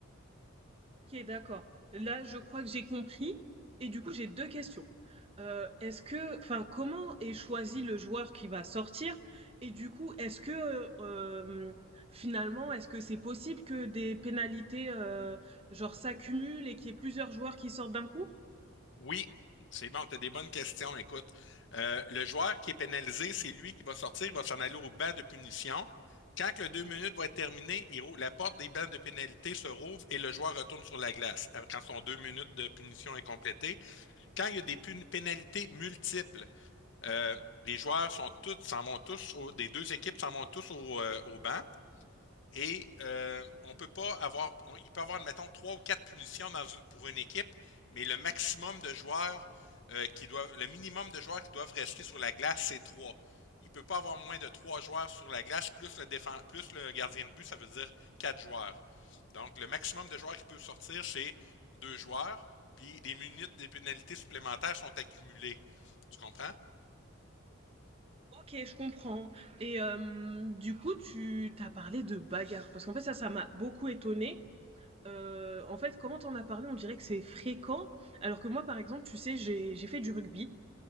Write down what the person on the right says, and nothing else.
OK, d'accord. Là, je crois que j'ai compris et du coup, j'ai 2 questions. Heu, est-ce que enfin, comment est choisi le joueur qui va sortir? Et du coup, est-ce que, hem, finalement, est-ce que c'est possible que des pénalités, heu, genre s'accumulent et qu'il y ait plusieurs joueurs qui sortent d'un coup?
OK, je comprends et hem, du coup, tu t'as parlé de bagarre parce qu'en fait, ça, ça m'a beaucoup étonnée. Heu, en fait, comment t'en as parlé, on dirait que c'est fréquent alors que moi, par exemple, tu sais, j'ai j'ai fait du rugby